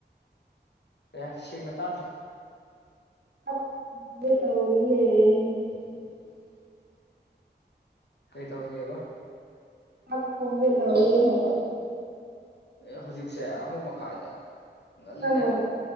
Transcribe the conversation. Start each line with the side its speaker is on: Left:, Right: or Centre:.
Left: ꯑꯦ ꯁꯤꯡꯅ ꯇꯥꯗ꯭ꯔꯦ
Right: <unintelligible>
Left: ꯀꯩ ꯇꯧꯔꯤꯑꯕ
Right: ꯊꯥꯛ ꯊꯣꯡꯒꯦ ꯇꯧꯔꯤꯌꯦ ꯍꯥꯏꯕ
Left: ꯑꯦ ꯍꯧꯖꯤꯛꯁꯦ ꯑꯍꯨꯝ ꯃꯈꯥꯏꯗ ꯉꯜꯂꯤꯅꯦ
Right: ꯍꯣꯏ ꯍꯣꯏ